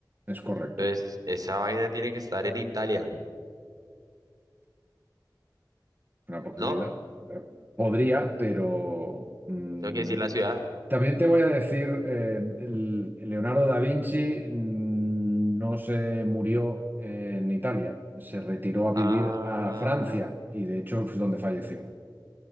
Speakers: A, on the right; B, on the right.
A: Es correcto,
B: Entonces, esa vaina tiene que estar en Italia.
A: una posibilidad.
B: No,
A: Eh, Podría, pero mm,
B: tengo que decir la ciudad.
A: también te voy a decir, eh, el- Leonardo da Vinci mm, no se murió en Italia, se retiró a vivir
B: Ah,
A: a Francia y de hecho es donde falleció.